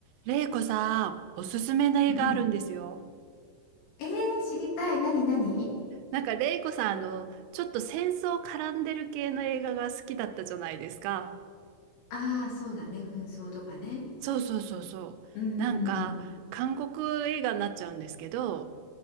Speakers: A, on the right; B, on the left.
A: レイコさん、おすすめの映画あるんですよ。
B: うん。えー、知りたい。何何
A: なんかレイコさん、あの、ちょっと戦争絡んでる系の映画が好きだったじゃないですか。
B: ああー、そうだね。紛争とかね。
A: そうそうそうそう。
B: うんうんうん
A: なんか、韓国映画になっちゃうんですけど、